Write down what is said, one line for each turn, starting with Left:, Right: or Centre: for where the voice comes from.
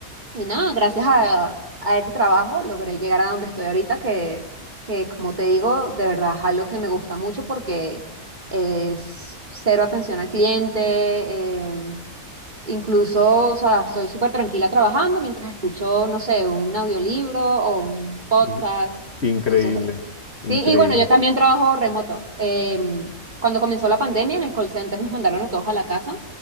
Right: y nada, gracias a, a ese trabajo logré llegar a donde estoy ahorita, que, que como te digo, de verdad es algo que me gusta mucho porque es cero atención al cliente, eh, incluso, o sea, estoy súper tranquila trabajando mientras escucho, no sé, un audiolibro o un podcast.
Left: I- Increíble,
Right: Entonces, eh,
Left: increíble.
Right: sí, y bueno, yo también trabajo remoto. Em, cuando comenzó la pandemia, en el call center nos mandaron a todos a la casa